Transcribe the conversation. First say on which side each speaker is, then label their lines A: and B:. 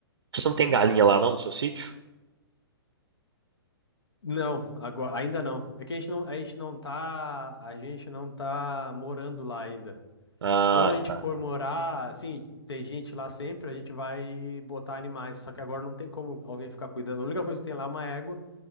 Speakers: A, on the right; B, on the left.
A: Você não tem galinha lá não no seu sítio?
B: Não, agora, ainda não. É que a gente não, a gente não tá, a gente não tá morando lá ainda.
A: Ah,
B: Quando a gente
A: tá.
B: for morar, assim, tem gente lá sempre, a gente vai botar animais. Só que agora não tem como alguém ficar cuidando. A única coisa que tem lá é uma égua,